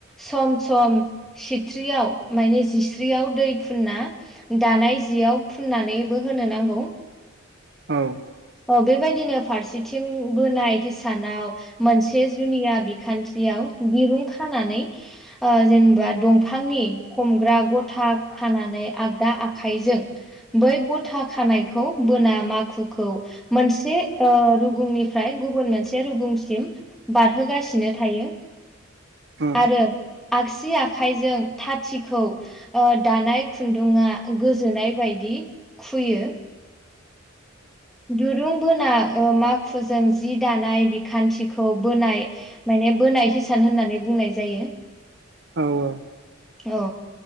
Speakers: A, in the centre; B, on the right.
A: सम सम सिथ्रियाव माने जिस्रियाव दै फुना दानाय जियाव फुननानैबो होनो नांगौ
B: औ
A: औ बेबायदिनो फारसेथिं बोनाय हिसानाव मोनसे जुनिया बिखान्थियाव दिरुं खानानै ओ जेनेबा दंफांनि हमग्रा गथा खानानै आगदा आखाइजों बै गथा खानायखौ बोना माखुखौ मोनसे ओ रुगुंनिफ्राय गुबुन मोनसे रुगुंसिम बारहोगासिनो थायो
B: ओ
A: आरो आगसि आखाइजों थाथिखौ ओ दानाय खुन्दुङा गोजोनाय बायदि खुयो दुरुं बोना ओ माखुजों जि दानाय बिखान्थिखौ बोनाय माने बोनाय हिसाब होननानै बुंनाय जायो
B: औ औ
A: औ